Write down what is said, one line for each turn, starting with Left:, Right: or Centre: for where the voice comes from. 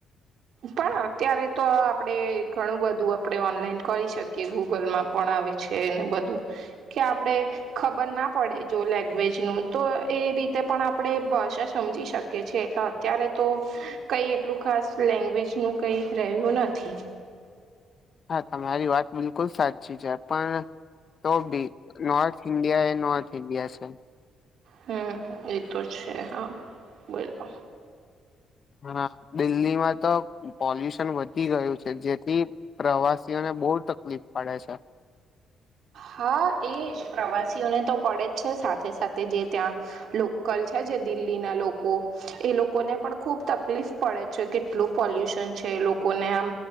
Right: પણ અત્યારે તો આપણેે ઘણું બધું આપણે ઓનલાઈન કરી શકીએ ગૂગલમાં પણ છે ને બધુ કે આપણે ખબર ના પડે જો લેંગ્વેજ નું તો એ રીતે પણ આપણે ભાષા સમજી શકીએ છીએ એટલે અત્યારે તો કઈ એટલું ખાસ લેંગ્વેજનું કંઈક રહ્યું નથી.
Left: હા તમારી વાત બિલકુલ સાચી છે પણ તો બી નોર્થ ઇન્ડિયા એ નોર્થ ઇન્ડિયા છે.
Right: હમ એતો છે હા બોલો
Left: હા દિલ્હીમાં તો પોલ્યુશન વધી ગયું છે જેથી પ્રવાસીઓને બો તકલીફ પડે છે.
Right: હા એજ પ્રવાસીઓને તો પડે જ છે સાથે સાથે જે ત્યાં લોકલ છે. જે દિલ્લી ના લોકો એ લોકોને પણ ખુબ તકલીફ પડે છે કેટલું પોલ્યુશન છે. લોકોને આમ